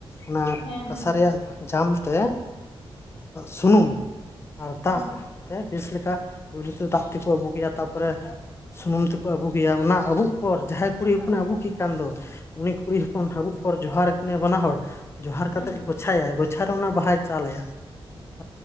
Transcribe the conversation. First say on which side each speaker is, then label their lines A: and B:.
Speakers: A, on the left; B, on the left.
A: ᱚᱱᱟ
B: ᱦᱮᱸ
A: ᱠᱟᱸᱥᱟ
B: ᱦᱮᱸ
A: ᱨᱮᱭᱟᱜ ᱡᱟᱢ ᱛᱮ ᱥᱩᱱᱩᱢ ᱟᱨ ᱫᱟᱜ
B: ᱦᱮᱸ
A: ᱛᱮ ᱵᱮᱥ ᱞᱮᱠᱟ ᱯᱳᱭᱞᱳ ᱛᱮ ᱫᱟᱜ ᱛᱮᱠᱚ ᱟᱹᱜᱩᱠᱮᱭᱟ ᱛᱟᱯᱚᱨᱮ ᱥᱩᱱᱩᱢ ᱛᱮᱠᱚ ᱟᱹᱵᱩᱠ ᱮᱭᱟ ᱚᱱᱟ ᱟᱵᱩᱜ ᱯᱚᱨ ᱡᱟᱦᱟᱸᱭ ᱠᱩᱲᱤ ᱦᱚᱯᱚᱱᱮ ᱟᱵᱩᱠᱮ ᱠᱟᱱ ᱫᱚ ᱩᱱᱤ ᱠᱩᱲᱤ ᱦᱚᱯᱚᱱ ᱦᱟᱵᱩᱜ ᱯᱚᱨ ᱡᱚᱦᱟᱨ ᱠᱤᱱᱟᱹᱭ ᱵᱟᱱᱟ ᱦᱚᱲ ᱾ ᱡᱚᱦᱟᱨ
B: ᱦᱮᱸ
A: ᱠᱟᱛᱮᱫ ᱜᱳᱪᱷᱟᱭᱟᱭ ᱜᱳᱪᱷᱟ ᱨᱮ ᱚᱱᱟ ᱵᱟᱦᱟᱭ ᱪᱟᱞ ᱟᱭᱟ ᱾